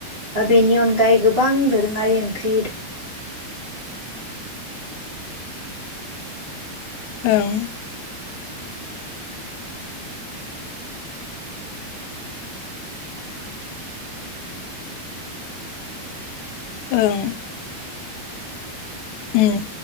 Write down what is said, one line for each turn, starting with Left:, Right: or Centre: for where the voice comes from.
Right: बेनि अनगायै गोबां दोरोङारि ओंख्रि।
Left: ओं ओं। उम।